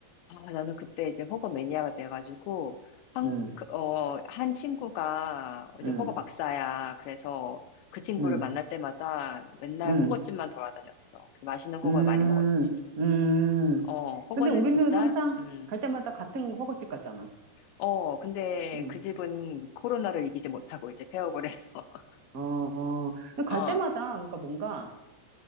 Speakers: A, on the left; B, on the right.
A: 아, 나는 그때 이제 허거 매니아가 돼가지고, 한,
B: 음,
A: 그, 어, 한 친구가 이제
B: 음,
A: 허거 박사야. 그래서 그 친구를
B: 음,
A: 만날 때마다 맨날
B: 음,
A: 허거집만 돌아다녔어. 그래서 맛있는 허거
B: 음,
A: 많이 먹었지.
B: 음.
A: 어, 허거는
B: 근데 우리는
A: 진짜,
B: 항상
A: 음,
B: 갈 때마다 같은 허거집 갔잖아.
A: 어, 근데
B: 음,
A: 그 집은 코로나를 이기지 못하고 이제 폐업을 해서, <laughs>
B: 어, 어. 근데
A: 어,
B: 갈 때마다, 그러니까 뭔가